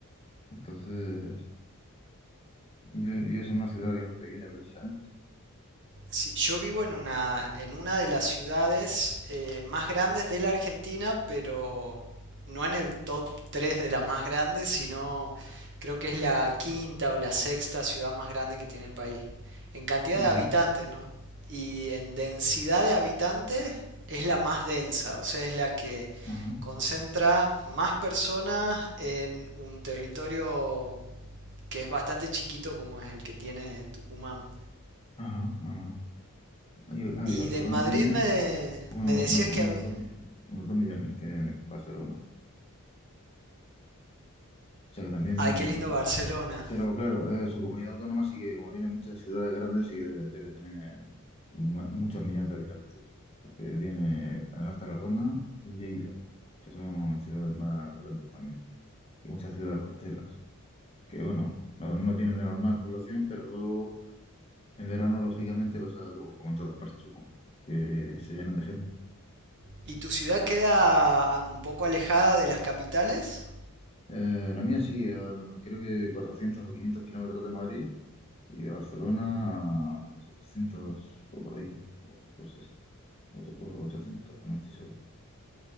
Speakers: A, on the left; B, on the right.
A: Entonces, yo vives en una ciudad que no es pequeña precisamente.
B: Sí, yo vivo en una, en una de las ciudades eh, más grandes de la Argentina, pero no en el top 3 de las más grandes, sino creo que es la quinta o la sexta ciudad más grande que tiene el país. En cantidad
A: Ajá,
B: de habitantes, ¿no? Y en densidad de habitantes es la más densa, o sea, es la que
A: ajá,
B: concentra más personas en un territorio que es bastante chiquito como es el que tiene Tucumán.
A: ajá, ajá. Y, ah,
B: Y
A: y Barcelona
B: de Madrid
A: tiene
B: me,
A: uno-
B: me decías
A: uno- unos
B: que había...
A: 2 millones. Unos 2 millones tiene Barcelona. O sea que también
B: Ay,
A: me, me
B: qué lindo
A: va.
B: Barcelona.
A: Pero claro, eh, su comunidad autónoma sí que, como tiene muchas ciudades grandes, sí que de- debe tener ma- muchos millones de habitantes. Porque tiene además Tarragona y Lleida, que son ciudades más grandes también. Y muchas ciudades costeras, que bueno, no, no tienen de normal población, pero luego en verano, lógicamente, pasa como, como en todas partes, supongo, que se llenan de gente.
B: ¿Y tu ciudad queda un poco alejada de las capitales?
A: Eh, la mía sí, a- creo que 400 o 500 kilómetros de Madrid y de Barcelona a 600 o por ahí, o cosas así. o, o- o 300, no estoy seguro.